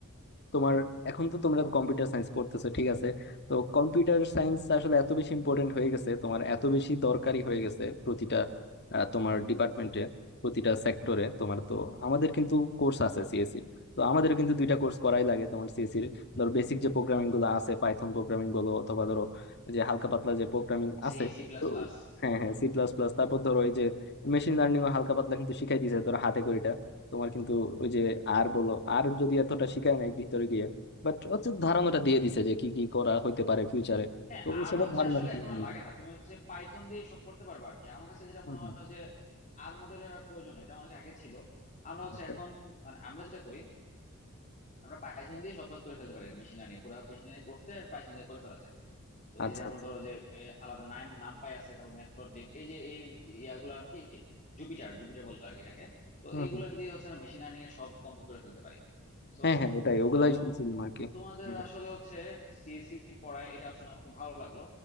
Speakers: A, on the left; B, on the left.
A: তোমার এখন তো তোমরা কম্পিউটার সায়েন্স পড়তেছো ঠিক আছে তো কম্পিউটার সায়েন্স আসলে এত বেশি ইম্পর্টেন্ট হয়ে গেছে তোমার এত বেশি দরকারি হয়ে গেছে প্রতিটা আহ, তোমার ডিপার্টমেন্টে প্রতিটা সেক্টরে তোমার তো আমাদের কিন্তু কোর্স আছে সিএসসি তো আমাদের কিন্তু দুইটা কোর্স করাই লাগে তোমার সিএসসি এর ধর বেসিক যে প্রোগ্রামিং গুলো আছে পাইথন প্রোগ্রামিং গুলো অথবা ধরো যে হালকা পাতলা যে প্রোগ্রামিং
B: C
A: আছে
B: C plus
A: তো
B: plus
A: হ্যাঁ হ্যাঁ সি প্লাস প্লাস তারপর ধরো ওই যে মেশিন লার্নিং ও হালকা পাতলা কিন্তু শিখাই দিয়েছে ধরো হাতে করে তোমার কিন্তু ওই যে আর বলো আর যদি এতটা শিখায় নাই ভিতরে গিয়ে বাট হচ্ছে ধারণাটা দিয়ে দিছে যে কি কি করা হইতে পারে ফিউচারে
B: হ্যাঁ
A: তো ওসবের
B: আর হচ্ছে
A: ধারণাটা
B: আসলে
A: তুলে
B: এখন আর
A: নিয়ে
B: লাগে
A: গেছে।
B: না তুমি হচ্ছে পাইথন দিয়ে সব করতে পারবে আর কি আমার কাছে যেটা
A: হুম,
B: মনে
A: হুম,
B: হয় যে আর মডেলের আর প্রয়োজন নেই, এটা অনেক আগে ছিল আমরা হচ্ছে
A: আচ্ছা
B: এখন মানে আমরা যেটা করি আমরা পাইথন দিয়ে সব কাজ করে ফেলতে পারি আর কি মেশিন লার্নিং পুরো মেশিন লার্নিং কোর্সটা পাইথন দিয়ে করে ফেলা যায় ওই
A: আচ্ছা
B: যে যেমন
A: আচ্ছা।
B: ধরো যে আলাদা নাম নামপাই আছে তারপর ম্যাটপ্লটলিব এই যে এই ইয়াগুলো আর কি জুপিটার জুপিটার বলে আর কি এটাকে তো
A: হুম,
B: এইগুলো
A: হুম।
B: দিয়ে হচ্ছে আমরা মেশিন লার্নিং এর সব কমপ্লিট করে ফেলতে পারি বুঝতে
A: হ্যাঁ
B: পারছো
A: হ্যাঁ ওটাই ওগুলাই
B: তো
A: শুনছিলাম আর কি
B: তোমাদের
A: হুম
B: আসলে হচ্ছে সিএসসি পড়ায় এটা আসলে আমার খুব ভালো লাগলো